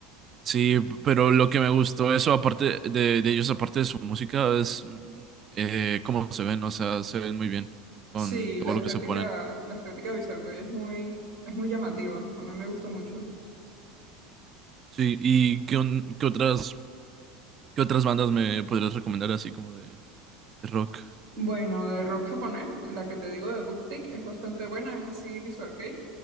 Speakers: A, on the right; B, on the right.
A: Sí, pero lo que me gustó eso, aparte de, de ellos, aparte de su música, es mm, eh, cómo se ven, o sea, se ven muy bien con
B: Sí,
A: todo
B: la estética,
A: lo que se ponen.
B: la estética visual que hoy es muy, es muy llamativa. A mí me gusta mucho.
A: Sí, ¿y qué, on- qué otras, qué otras bandas me podrías recomendar así como de, de rock?
B: Bueno, de rock japonés, la que te digo de BookTik es bastante buena, es así visual kei.